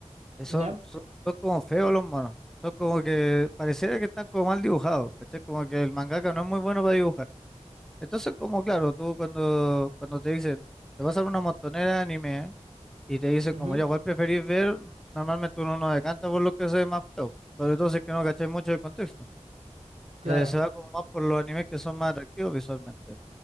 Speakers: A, in the centre; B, on the right (about 70°).
A: que son,
B: ¿Ya?
A: son, son como feos los monos, son como que pareciera que están como mal dibujados, ¿cachai? Como que el mangaka no es muy bueno para dibujar. Entonces, como claro, tú cuando, cuando te dicen, te vas a ver una montonera de anime y te dice
B: Ujú,
A: como ya, ¿cuál preferís ver? Normalmente uno no decanta por lo que se ve más feo, sobre todo si es que no cacháis mucho el contexto.
B: Claro.
A: Eh, se va como más por los animes que son más atractivos visualmente,